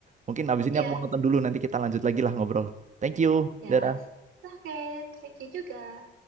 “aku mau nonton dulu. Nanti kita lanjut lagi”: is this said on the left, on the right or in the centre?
Right